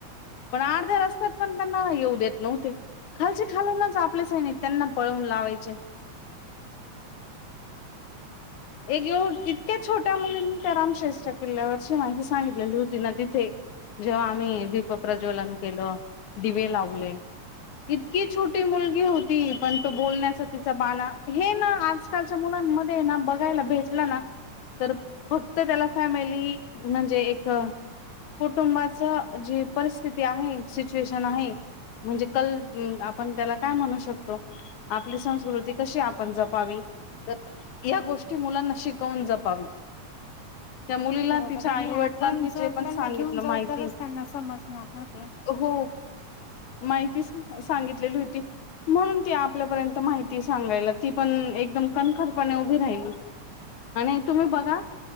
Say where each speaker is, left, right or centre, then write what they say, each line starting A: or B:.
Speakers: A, on the left (about 80°); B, on the left (about 60°).
A: पण अर्ध्या रस्त्यात पण त्यांना येऊ देत नव्हते खालचे खालूनच आपले सैनिक त्यांना पळवून लावायचे. <inaudible> एक येव इतक्या छोट्या मुलांनी त्या रामशेषच्या किल्ल्यावर शहाजींनी सांगितलेली होती ना तिथे जेव्हा आम्ही दीपप्रज्वलन केलं दिवे लावले इतकी छोटी मुलगी होती पण तो बोलण्याचा तिचा बाणा हे ना आजकालच्या मुला मध्ये ना बघायला भेटला ना तर फक्त त्याला फॅमिली म्हणजे एक कुटुंबाच जी परिस्थिती आहे. सिच्युएशन आहे. म्हणजे कल. आपण त्याला काय म्हणू शकतो. आपली संस्कृती कशी आपण जपावी तर या गोष्टी मुलांना शिकवून जपावी. त्या मुलीला
B: बरोबर
A: तिच्या
B: आणि
A: आईवडिलांनी
B: आपण जर
A: जे पण
B: त्यांना
A: सांगितलं
B: घेऊन जाऊ
A: माहिती
B: तरच त्यांना समजणार ना ते
A: हो माहिती सगितली होती म्हणून ती आपल्यापर्यंत माहिती सांगायला ती पण एकम कणखर पने उभी राहीली आणि तुम्ही
B: बरोबर
A: बघा